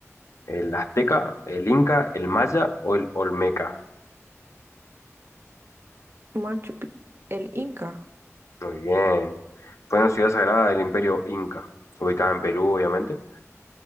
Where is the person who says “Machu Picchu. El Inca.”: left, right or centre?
Right